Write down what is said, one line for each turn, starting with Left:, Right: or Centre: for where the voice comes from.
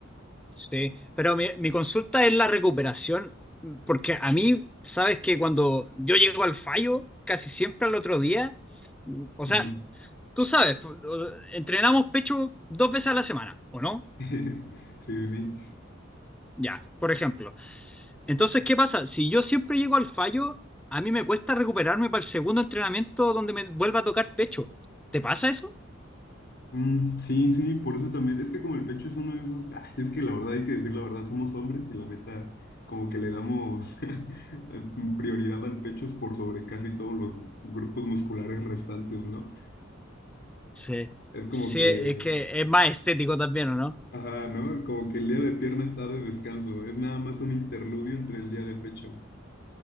Centre: Sí, pero mi, mi consulta es la recuperación, porque a mí, sabes que cuando yo llego al fallo, casi siempre al otro día, o
Left: Ujú.
Centre: sea, tú sabes, pu- o- entrenamos pecho dos veces a la semana, ¿o no?
Left: <laughs> Sí, sí, sí.
Centre: Ya, por ejemplo. Entonces, ¿qué pasa? Si yo siempre llego al fallo, a mí me cuesta recuperarme para el segundo entrenamiento donde me vuelva a tocar pecho. ¿Te pasa eso?
Left: Mm, sí, sí, por eso también. Es que como el pecho es uno de esos, ay, es que la verdad hay que decir la verdad, somos hombres y la neta, como que le damos <laughs> prioridad al pecho es por sobre casi todos los grupos musculares restantes, ¿no?
Centre: Sí,
Left: Es como
Centre: sí,
Left: que,
Centre: es que es más estético también, ¿o no?
Left: ajá, ¿no? Como que el día de pierna está de descanso, es nada más un interludio entre el día de pecho.